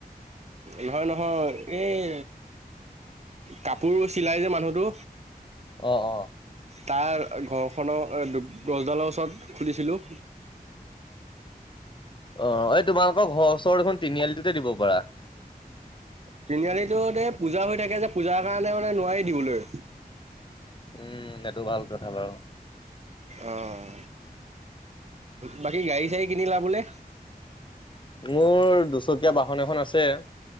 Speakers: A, on the right (about 45°); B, on the left (about 30°).
A: নহয়- নহয় এই কাপোৰো চিলায় যে মানুহটো
B: অ', - অ',
A: তাৰ ঘৰখনৰ গছডালৰ ওচৰত খুলিছিলোঁ।
B: অহ, এই তোমালোকৰ ঘৰৰ ওচৰ দেখোন তিনিআলিটোতে দিব পাৰা।
A: তিনিআলিটোত এ' পূজা হৈ থাকে যে পূজাৰ কাৰণে মানে নোৱাৰি দিবলৈ।
B: উম, এইটো ভাল কথা বাৰু।
A: অহ বাকী গাড়ী -চাড়ী কিনিলা বোলে?
B: মোৰ দুচকীয়া বাহন এখন আছে।